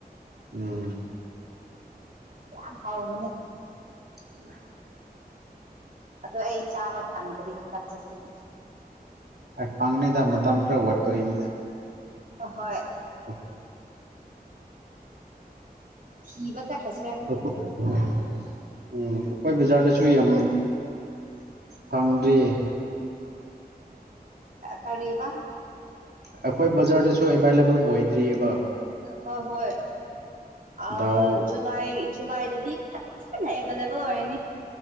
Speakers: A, on the right (about 85°); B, on the right (about 55°).
A: ꯎꯝ
B: ꯌꯥꯝ ꯍꯥꯎꯕꯅꯦ
A: ꯎꯝ <unintelligible>
B: ꯑꯗꯣ ꯑꯩ ꯆꯥꯕ ꯐꯪꯗ꯭ꯔꯤ ꯍꯟꯗꯛ ꯆꯍꯤꯒꯤ
A: ꯑ‌ꯦ ꯐꯪꯅꯤꯗ ꯃꯇꯝ ꯈꯔ ꯋꯥꯠꯄꯒꯤꯅꯤꯗ
B: ꯍꫭ ꯍꯣꯏ
A: ꯑ <unintelligible> <inaudible>
B: ꯊꯤꯕ ꯆꯠꯈ꯭ꯔꯁꯤꯔ ꯈꯪꯗꯦ
A: ꯎꯝ ꯑꯩꯈꯣꯏ ꯕꯖꯥꯔꯗꯁꯨ ꯌꯥꯝ ꯐꯪꯗ꯭ꯔꯤꯌꯦ
B: ꯀꯔꯤꯕ
A: ꯑꯩꯈꯣꯏ ꯕꯖꯥꯔꯗꯁꯨ ꯑꯦꯕꯥꯏꯂꯦꯕꯜ ꯑꯣꯏꯗ꯭ꯔꯤꯑꯦꯕ
B: ꯍꯣꯏ ꯍꯣꯏ ꯑ
A: ꯗꯥꯎ
B: ꯖꯨꯂꯥꯏ ꯖꯨꯂꯥꯏꯗꯗꯤ ꯐꯖꯅ ꯑꯦꯕꯥꯏꯂꯦꯕꯜ ꯑꯣꯏꯔꯅꯤ